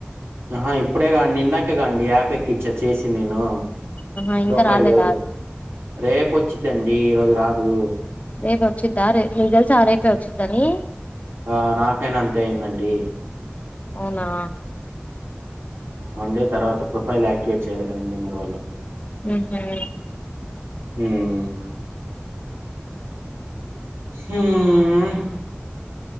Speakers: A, on the right; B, on the left.
A: ఆహా ఇప్పుడే కా అండీ ఇందాక ఇప్పుడే కండి యాపెక్కిచ్చా చేసి నేను
B: ఆహా
A: ప్రొఫైల్
B: ఇంకా రాలేదా
A: రేపు వచ్చిద్దండి ఈరోజు రాదు.
B: రేపు ఒచ్చింద నీకు తెల్సా రేపే ఒచ్చింది అని
A: ఆ నాకైనా అంతే అయిందండి.
B: అవునా
A: వన్ డే తర్వాత ప్రొఫైల్ యాక్టివేట్ చేయాలి కదండి మరి వాళ్ళు
B: ఉహూ
A: మ్మ్ మ్మ్